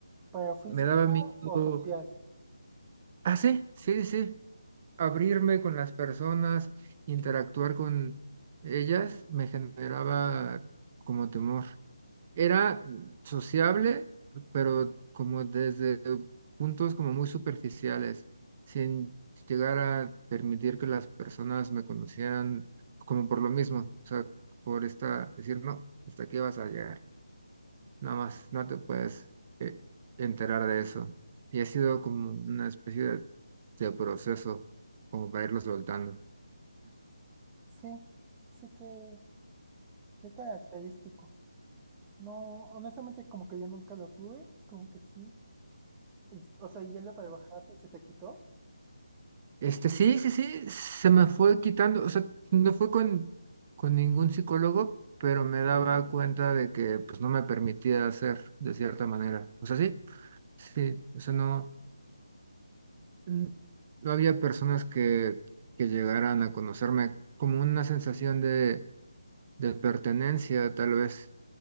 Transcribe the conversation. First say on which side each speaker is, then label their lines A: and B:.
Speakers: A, on the right (about 15°); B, on the right (about 35°).
A: pero físico
B: Me daba miedo.
A: o social.
B: Ah, sí, sí, sí abrirme con las personas, interactuar con ellas, me generaba como temor. Era sociable, pero como desde puntos como muy superficiales, sin llegar a permitir que las personas me conocieran como por lo mismo, o sea, por esta, decir, no, hasta aquí vas a llegar nada más, no te puedes eh, enterar de eso. Y ha sido como una especie de, de proceso, como para irlo soltando.
A: Sí, sí, sí que, qué característico. No, honestamente como que yo nunca lo tuve, como que sí. Y s o sea, y ya lo trabajaste y se te quitó,
B: Este, sí, sí, sí, se me fue quitando, o sea, no fue con, con ningún psicólogo, pero me daba cuenta de que pues no me permitía hacer de cierta manera. O sea, sí, sí, o sea, no, n- no había personas que, que llegaran a conocerme como una sensación de, de pertenencia, tal vez,